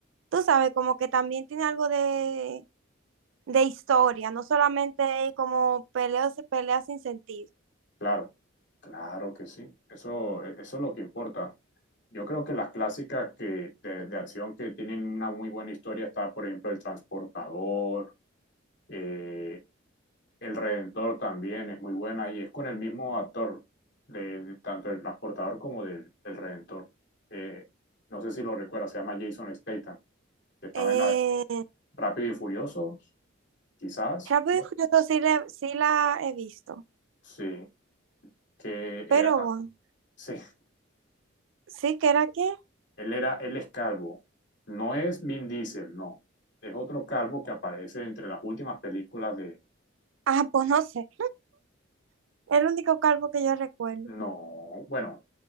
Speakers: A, on the right; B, on the left.
A: tú sabes, como que también tiene algo de, de historia, no solamente como peleas, peleas sin sentido.
B: Claro, claro que sí. Eso, e- eso es lo que importa. Yo creo que las clásicas que, de, de acción que tienen una muy buena historia está, por ejemplo, El Transportador, eh, El Redentor también es muy buena y es con el mismo actor, de, de tanto del Transportador como del, del Redentor. Eh, no sé si lo recuerdas, se llama Jason Statham, que estaba
A: Eh,
B: en la Rápido y Furioso, quizás,
A: Rápido
B: ¿no?
A: y Furioso sí, le- sí la he visto,
B: Sí, que
A: pero
B: era,
A: bueno,
B: sí,
A: sí que era que,
B: Él era, él es calvo. No es Vin Diesel, no. Es otro calvo que aparece entre las últimas películas de...
A: ah, pues no sé, el único calvo que yo recuerdo.
B: No, bueno,